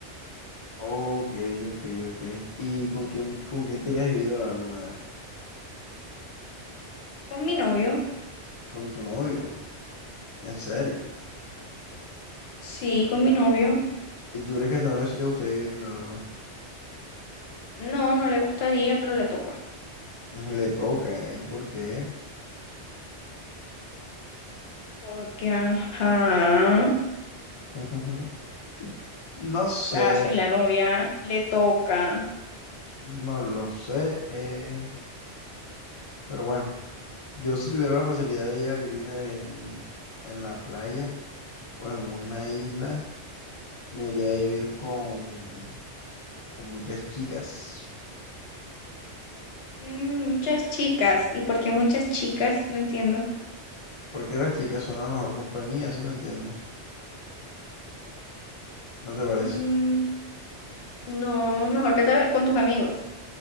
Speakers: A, on the left; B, on the left.
A: Ok, ok, ok. ¿Y con quién, con quién te irías a vivir a la luna? A ver,
B: Con mi novio,
A: con tu novio, en serio.
B: sí, con mi novio.
A: ¿Y tú crees que a tu novio sí le gustaría vivir en la luna?
B: No, no le gustaría, pero le toca.
A: Le toca, ¿eh? ¿Y por qué?
B: Porque, ajá, o
A: <laughs> No sé,
B: sea, soy la novia, le toca.
A: no lo sé, eh, pero bueno, yo si tuviera la facilidad de ir a vivir en, en la playa o en una isla, me iría a vivir con, con muchas chicas,
B: Mm, muchas chicas. ¿Y por qué muchas chicas? No entiendo.
A: porque las chicas son la mejor compañía, ¿sí me entiendes? ¿No te parece?
B: Mm, No, mejor vete con tus amigos.